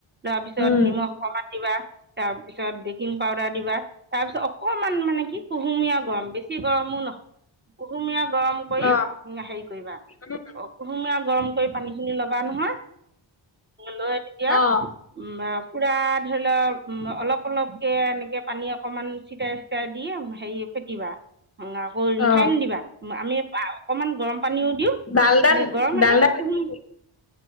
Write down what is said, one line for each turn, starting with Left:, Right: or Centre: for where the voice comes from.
Right: তাৰ পিছত
Left: উম
Right: নিমখ অকমান দিবা, তাৰপিছত বেকিং পাউদাৰ দিবা, তাৰ পিছত অকমান মানে কি কুহুমীয়া গৰম বেছি গৰমো নহয়। কুহুমীয়া গৰম কৰি
Left: অ
Right: উম, হেৰি কৰিবা
Left: উম
Right: অ' কুহুমীয়া গৰম কৰি পানী খিনি ল'বা নহয়। লৈ তেতিয়া
Left: অ
Right: উম, পুৰা ধৰি লোৱা উ অলপ অলপ এনেকে পানী অকমান চিটাই চিটাই দি হেৰি ফেটিবা অ' আকৌ
Left: অ
Right: ৰিফাইন দিবা, আমি অকমান গৰম পানীও দিওঁ
Left: ডালদা
Right: গৰম নাইকিয়া
Left: ডালদা নিদিলো
Right: কুহুম-